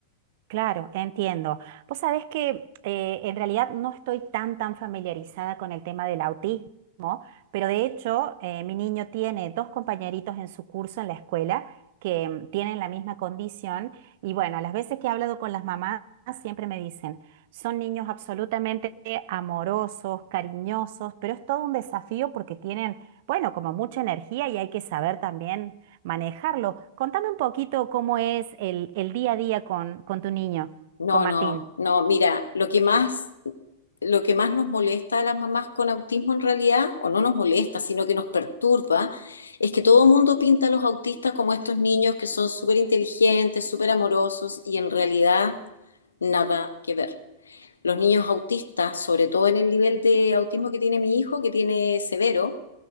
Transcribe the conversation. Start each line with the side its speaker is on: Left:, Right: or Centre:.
Right: Claro, entiendo. Vos sabés que eh, en realidad no estoy tan tan familiarizada con el tema del autismo, pero de hecho eh, mi niño tiene dos compañeritos en su curso en la escuela que mm, tienen la misma condición y bueno, las veces que he hablado con las mamás siempre me dicen, son niños absolutamente amorosos, cariñosos, pero es todo un desafío porque tienen, bueno, como mucha energía y hay que saber también manejarlo. Contame un poquito cómo es el, el día a día con, con tu niño,
Left: No,
Right: con Martín.
Left: no, no, mira, lo que más, lo que más nos molesta a las mamás con autismo en realidad, o no nos molesta, sino que nos perturba, es que todo el mundo pinta a los autistas como estos niños que son súper inteligentes, súper amorosos, y en realidad nada que ver. Los niños autistas, sobre todo en el nivel de autismo que tiene mi hijo, que tiene severo,